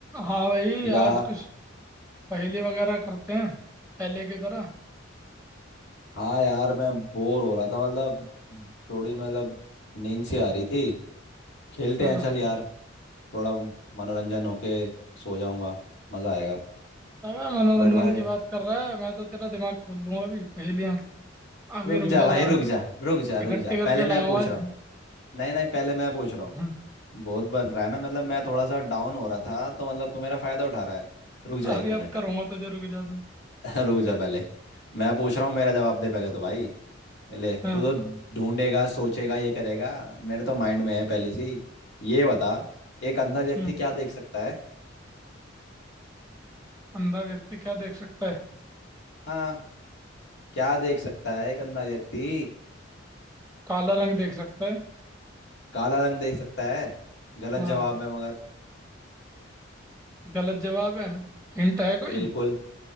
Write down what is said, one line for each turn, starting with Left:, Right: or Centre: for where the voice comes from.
Centre: हाँ भाई
Left: या
Centre: आज कुछ पहेली वगैरह करते हैं पहले की तरह
Left: हाँ यार मैं बोर हो रहा था मतलब थोड़ी मतलब नींद सी आ रही थी खेलते
Centre: हाँ
Left: हैं चल यार थोड़ा मनोरंजन होके सो जाऊंगा मजा आएगा
Centre: अबे मनोरंजन
Left: बट भाई
Centre: की बात कर रहा है मैं तो तेरा दिमाग खोल दूंगा अभी पहेलियाँ अभी
Left: रुक
Centre: रुक
Left: जा
Centre: जा
Left: भाई
Centre: ला
Left: रुक जा रुक जा रुक
Centre: इकट्ठे
Left: जा पहले
Centre: करके
Left: मैं
Centre: लाऊं
Left: पूछ
Centre: आज
Left: रहा हूँ नहीं नहीं पहले मैं पूछ रहा हूँ
Centre: हम्म,
Left: बहुत बन रहा है ना मतलब मैं थोड़ा सा डाउन हो रहा था तो मतलब तू मेरा फायदा उठा रहा है रुक जा
Centre: अभी
Left: एक मिनट
Centre: अब करूंगा तुझे रुक जा तू
Left: <laughs> रुक जा पहले मैं पूछ रहा हूँ मेरा जवाब दे पहले तो भाई ले
Centre: हाँ
Left: तू तो ढूंढेगा सोचेगा ये करेगा मेरे तो माइंड में है पहले से ही ये बता एक अंधा व्यक्ति
Centre: हम्म,
Left: क्या देख सकता है
Centre: अंधा व्यक्ति क्या देख सकता है
Left: हाँ क्या देख सकता है एक अंधा व्यक्ति
Centre: काला रंग देख सकता है
Left: काला रंग देख सकता है गलत
Centre: हाँ
Left: जवाब है मगर
Centre: गलत जवाब है हिंट है कोई
Left: बिल्कुल